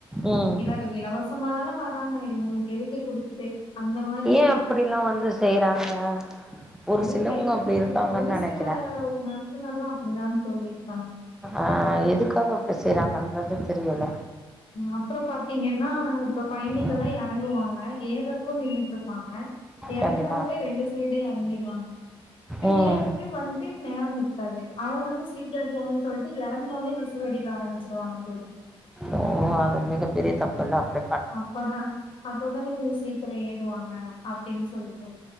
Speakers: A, in the centre; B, on the left (about 55°).
A: ம்.
B: இல இலவசமாதான இருக்காங்களே இவங்களுக்கு எதுக்கு குடுத்துட்டு அந்த மாரி
A: ஏன் அப்படிலாம் வந்து செய்றாங்க? ஒரு
B: அது
A: சிலவங்க
B: தெரியலன்னு
A: அப்படி இருக்காங்கன்னு
B: தெ ஒரு
A: நெனைக்கிறேன்.
B: சில நடத்துனர்களு அப்டிலாம்னு போயிருக்காங்க
A: ஆ எதுக்காக அப்டி செய்றாங்கன்றது தெரியல
B: அப்புற பாத்தீங்கன்னா இப்ப பயணிகல்லா
A: ம்,
B: இறங்குவாங்க ஏறதுக்கு நின்னுட்டு இருக்காங்க இறங்குறவங்களே
A: கண்டிப்பா.
B: ரெண்டு சைடே இறங்கிடுவாங்க நீங்க
A: ம்.
B: ஏறததுக்கு வ ட்டு நேரம் இருக்காது அவங்க வந்து சீக்கிர போணுன்னு சொல்லிட்டு இறங்கனோனே விசில் அடிக்க ஆரம்பிச்சிருவாங்க தோழி
A: ஓ அது மிகப்ப பெரிய தப்பல்ல அப்டி
B: அப்பதா அப்பதா சீக்கிர ஏறுவாங்க அப்டின் சொல்லிட்டு